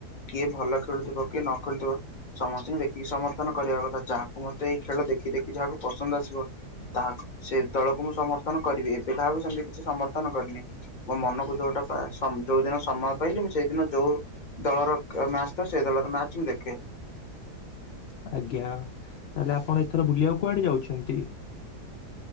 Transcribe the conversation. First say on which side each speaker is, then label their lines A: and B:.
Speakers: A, on the left; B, on the left.
A: କିଏ ଭଲ ଖେଳୁଥିବ। କିଏ ନ ଖେଳୁଥିବ। ସମସ୍ତଙ୍କୁ ଦେଖିକି ସମର୍ଥନ କରିବା କଥା। ଯାହାକୁ ମତେ ଏଇ ଖେଳ ଦେ ଦେଖି ଦେଖି ଯାହାକୁ ପସନ୍ଦ ଆସିବ ।ତାହା ସେ ଦଳକୁ ମୁଁ ସମର୍ଥନ କରିବି। ଏବେ କାହାକୁ ସେମିତି କିଛି ସମର୍ଥନ କରିନି ।ମୋ ମନକୁ ଯୋଉଟା ଯୋଉ ଦିନ ସମୟ ପାଇଲିି, ମୁଁ ସେଇ ସେ ଦିନ, ଯୋଉ ଦଳର ମ୍ୟାଚ ଥା। ସେଇ ଦଳର ମ୍ୟାଚ ମୁଁ ଦେଖେ।
B: <inaudible> ଆଜ୍ଞା ତାହେଲେ ଆପଣ ଏଥର ବୁଲିବାକୁ କୁଆଡେ ଯାଉଛନ୍ତି?